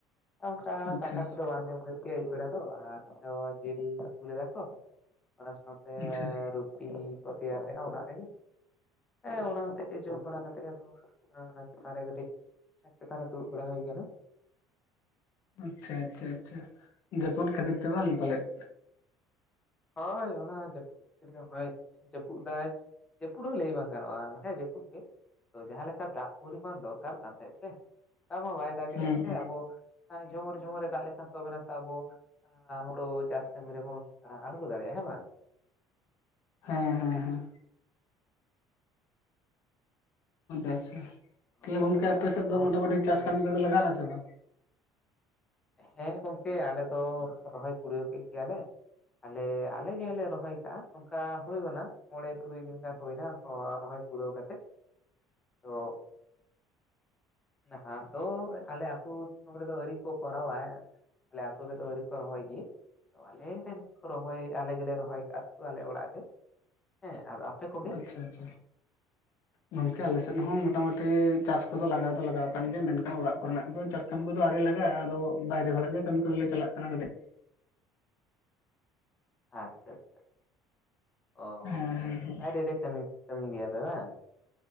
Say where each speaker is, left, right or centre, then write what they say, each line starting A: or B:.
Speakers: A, on the left; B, on the left.
A: ᱚᱱᱠᱟ
B: ᱟᱪᱪᱷᱟ
A: ᱫᱟᱠᱟ ᱠᱚ ᱫᱚ ᱵᱟᱝ ᱡᱚᱢ ᱦᱩᱭᱩᱜ <unintelligible> ᱟᱹᱭᱩᱵ ᱵᱮᱲᱟ ᱫᱚ ᱟᱨ ᱡᱮᱞ ᱟᱹᱜᱩ ᱞᱮᱫᱟ ᱠᱚ᱾ ᱚᱱᱟ ᱥᱟᱶᱛᱮ
B: ᱟᱪᱪᱷᱟ᱾
A: ᱨᱩᱴᱤ ᱠᱚ ᱛᱮᱭᱟᱨ ᱞᱮᱜ-ᱟ ᱚᱲᱟᱜ ᱨᱮᱜᱮ᱾ ᱮᱸ ᱚᱱᱟ ᱦᱚᱛᱮᱫ ᱜᱮ ᱡᱚᱢ ᱵᱟᱲᱟ ᱠᱟᱛᱮ ᱜᱮ ᱟᱫᱚ ᱪᱮᱛᱟᱱ ᱨᱮ ᱠᱟᱹᱴᱤᱡ ᱪᱷᱟᱸᱛ ᱪᱮᱛᱟᱱ ᱨᱮ ᱫᱩᱲᱩᱵ ᱵᱟᱲᱟ ᱦᱩᱭ ᱠᱟᱱᱟ᱾
B: ᱟᱪᱪᱷᱟ ᱟᱪᱪᱷᱟ ᱟᱪᱪᱷᱟ, ᱡᱟᱹᱯᱩᱫ ᱠᱷᱟᱹᱛᱤᱨ ᱛᱮ ᱵᱟᱝ ᱯᱟᱞᱮᱫ?
A: ᱦᱳᱭ ᱚᱱᱟ ᱡᱟᱹᱯᱩᱫ ᱛᱤᱨ ᱜᱮ ᱱᱚᱜᱼᱟᱭ ᱡᱟᱹᱯᱩᱫ ᱫᱟᱭ, ᱡᱟᱹᱯᱩᱫ ᱦᱚᱸ ᱞᱟᱹᱭ ᱵᱟᱝ ᱜᱟᱱᱚᱜᱼᱟ ᱦᱮᱸ ᱡᱟᱹᱯᱩᱫ ᱜᱮ᱾ ᱛᱚ ᱡᱟᱦᱟ ᱞᱮᱠᱟ ᱫᱟᱜ ᱯᱚᱨᱤᱢᱟᱱ ᱫᱚᱨᱠᱟᱨ ᱠᱟᱱ ᱛᱟᱦᱮᱸᱜ ᱥᱮ ᱚᱱᱟ ᱢᱟ ᱵᱟᱭ ᱫᱟᱜᱮᱜᱼᱟ
B: ᱦᱩᱸ
A: ᱥᱮ
B: ᱦᱩᱸ
A: ᱟᱵᱚ ᱮᱸ ᱡᱷᱚᱢᱚᱨ ᱡᱷᱚᱢᱚᱨ ᱫᱟᱜ ᱞᱮᱠᱷᱟᱱ ᱛᱚᱵᱮ ᱱᱟᱥᱮ ᱟᱵᱚ ᱦᱩᱲᱩ ᱪᱟᱥ ᱠᱟᱹᱢᱤ ᱨᱮᱵᱚᱱ ᱟᱬᱜᱚ ᱫᱟᱲᱮᱭᱟᱜᱼᱟ ᱦᱮᱸ ᱵᱟᱝ?
B: ᱦᱮᱸ ᱦᱮᱸ᱾ ᱦᱮᱸ ᱟᱪᱪᱷᱟ ᱛᱟᱦᱞᱮ
A: ᱱᱚᱝᱠᱟᱱ
B: ᱜᱚᱝᱠᱮ
A: ᱵᱮᱯᱟᱨ
B: ᱟᱯᱮᱥᱮᱫ
A: ᱟᱫᱚ
B: ᱫᱚ ᱢᱚᱴᱟ
A: ᱱᱟᱦᱟᱜ
B: ᱢᱩᱴᱤ
A: ᱫᱤᱱ
B: ᱪᱟᱥ
A: ᱫᱚ
B: ᱠᱟᱹᱢᱤ ᱠᱚᱫᱚ ᱞᱟᱜᱟᱣ ᱱᱟ ᱥᱮ ᱵᱟᱝ?
A: ᱦᱮᱸ ᱜᱚᱝᱠᱮ ᱟᱞᱮ ᱫᱚ ᱨᱚᱦᱚᱭ ᱠᱩᱲᱭᱟᱹᱣ ᱠᱮᱜ ᱜᱮᱭᱟᱞᱮ᱾ ᱟᱞᱮ ᱟᱞᱮ ᱜᱮᱞᱮ ᱞᱮ ᱨᱚᱦᱚᱭ ᱠᱟᱜᱼᱟ ᱚᱱᱠᱟ ᱦᱩᱭ ᱜᱚᱜ ᱮᱱᱟ ᱢᱚᱬᱮ ᱛᱩᱨᱩᱭ ᱫᱤᱱ ᱜᱟᱱ ᱦᱳᱭᱱᱟ ᱨᱚᱦᱚᱭ ᱯᱩᱨᱟᱹᱣ ᱠᱟᱛᱮᱜ᱾ ᱛᱚ ᱱᱟᱦᱟᱜ ᱫᱚ ᱟᱞᱮ ᱟᱹᱛᱩ ᱫᱤᱥᱚᱢ ᱨᱮᱫᱚ ᱟᱹᱭᱨᱤ ᱠᱚ ᱠᱚᱨᱟᱣᱟ᱾ ᱟᱞᱮ ᱟᱛᱳ ᱨᱮᱫᱚ ᱟᱹᱭᱨᱤ ᱠᱚ ᱨᱚᱦᱚᱭ ᱜᱮ᱾ ᱟᱫᱚ ᱟᱞᱮᱨᱮᱱ ᱠᱚ ᱨᱚᱦᱚᱭ ᱟᱞᱮ ᱜᱮᱞᱮ ᱨᱚᱦᱚᱭ ᱠᱟᱜᱼᱟ ᱥᱮ ᱟᱞᱮ ᱚᱲᱟᱜ ᱜᱮ᱾ ᱦᱮᱸ ᱟᱫᱚ ᱟᱯᱮ ᱠᱚ
B: ᱟᱪᱪᱷᱟ ᱟᱪᱪᱷᱟ᱾ ᱜᱚᱝᱠᱮ ᱟᱞᱮᱥᱮᱫ ᱦᱚᱸ ᱢᱚᱴᱟᱢᱩᱴᱤ ᱪᱟᱥ ᱠᱚᱫᱚ ᱞᱟᱜᱟᱣ ᱫᱚ ᱞᱟᱜᱟᱣ ᱠᱟᱱ ᱜᱮᱭᱟ ᱢᱮᱱᱠᱷᱟᱱ ᱚᱲᱟᱜ ᱠᱚᱨᱮᱱᱟᱜ ᱫᱚ ᱪᱟᱥ ᱠᱟᱹᱢᱤ ᱠᱚᱫᱚ ᱟᱣᱨᱤ ᱞᱟᱜᱟᱜᱼᱟ ᱟᱫᱚ ᱵᱟᱭᱨᱮ ᱦᱚᱲᱟᱜ ᱜᱮ ᱠᱟᱹᱢᱤ ᱠᱚᱫᱚ ᱞᱮ ᱪᱟᱞᱟᱜ ᱠᱟᱱᱟ ᱠᱟᱹᱴᱤᱡ ᱾
A: ᱟᱪᱪᱷᱟ ᱟᱪᱪᱷᱟ ᱪᱷᱟ, ᱚ
B: ᱦᱮᱸ
A: ᱢᱟᱱᱮ
B: ᱦᱮᱸ ᱦᱮᱸ
A: ᱵᱟᱭᱨᱮ ᱨᱮ ᱠᱟᱢᱤ ᱠᱟᱹᱢᱤ ᱜᱮᱭᱟ ᱯᱮ ᱵᱟᱝ?